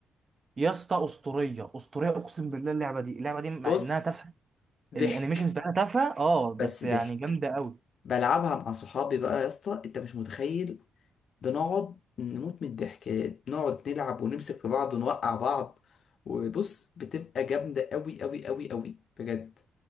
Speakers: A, on the right (about 40°); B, on the left (about 60°).
A: يا اسطى اسطوريه اسطوريه اقسم بالله اللعبه دي اللعبه دي مع
B: بص
A: انها تافهه
B: ضحك
A: الانيميشنز بتاعتها تافهه اه
B: بس
A: بس يعني
B: ضحك
A: جامده قوي
B: بلعبها مع صحابي بقى يا اسطى انت مش متخيل بنقعد نموت من الضحك نقعد نلعب ونمسك في بعض ونوقع بعض وبص بتبقى جامدة قوي قوي قوي قوي بجد